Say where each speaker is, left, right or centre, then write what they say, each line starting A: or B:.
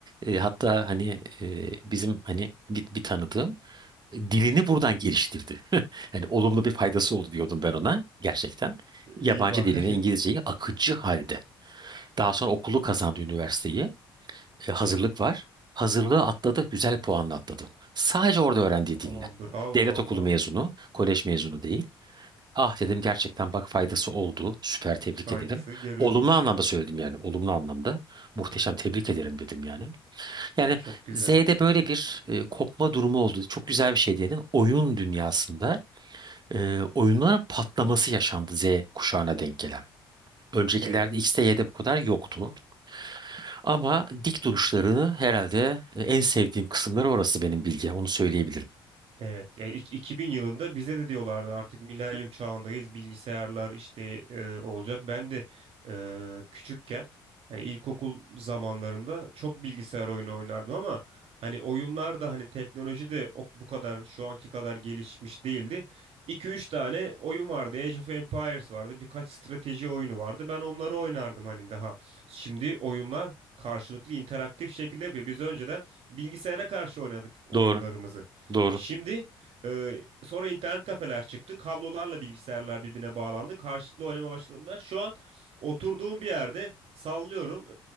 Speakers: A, on the right; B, on the right.
A: e, hatta hani e, bizim hani bir, bir tanıdığım dilini buradan geliştirdi. <laughs> Hani olumlu bir faydası oldu diyordum ben ona gerçekten.
B: İyi
A: Yabancı
B: bari.
A: dilini İngilizceyi akıcı halde. Daha sonra okulu kazandı üniversiteyi. E, hazırlık var. Hazırlığı atladı, güzel puanla atladı. Sadece orada öğrendiği dille.
B: Aa, bravo
A: Devlet
B: valla.
A: okulu mezunu, kolej mezunu değil. Ah dedim gerçekten bak faydası oldu. Süper tebrik
B: Faydası
A: ederim.
B: görülmüş.
A: Olumlu anlamda söyledim yani. Olumlu anlamda. Muhteşem tebrik ederim dedim yani. Yani
B: Çok güzel.
A: Z'de böyle bir e, kopma durumu oldu. Çok güzel bir şey dedin. Oyun dünyasında e, oyunların patlaması yaşandı Z kuşağına denk gelen. Öncekilerde
B: Evet.
A: X'te Y'de bu kadar yoktu. Ama dik duruşlarını herhalde e, en sevdiğim kısımları orası benim bilgi. Onu söyleyebilirim.
B: Evet, yani ik- 2000 yılında bize de diyorlardı artık milenyum çağındayız, bilgisayarlar işte e, olacak. Ben de e, küçükken hani ilkokul zamanlarımda çok bilgisayar oyunu oynardım ama hani oyunlar da hani teknoloji de o- bu kadar şu anki kadar gelişmiş değildi. 2 üç tane oyun vardı. Age of Empires vardı. Birkaç strateji oyunu vardı. Ben onları oynardım hani daha. Şimdi oyunlar karşılıklı interaktif şekilde yapıyor. Biz önceden bilgisayara karşı oynadık oyunlarımızı.
A: Doğru. Doğru.
B: Şimdi e, sonra internet kafeler çıktı. Kablolarla bilgisayarlar birbirine bağlandı. Karşılıklı oynamaya başladılar. Şu an oturduğum bir yerde sallıyorum.